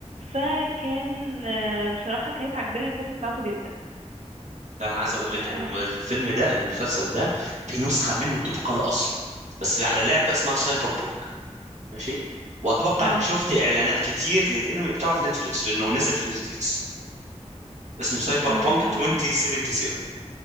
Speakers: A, on the right (about 70°); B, on the right (about 80°).
A: فكان آه، بصراحة كانت عجباني القصة بتاعته جدا
B: ده انا عايز اقول لك
A: آه
B: ان الفيلم ده المسلسل ده في نسخه منه طبق الاصل بس على لعبه اسمها سايبر بونك ماشي واتوقع
A: آه
B: انك شفت اعلانات كتير للانمي بتاعه في نتفليكس لانه نزل في نتفليكس اسمه سايبر
A: آه،
B: بونك 2077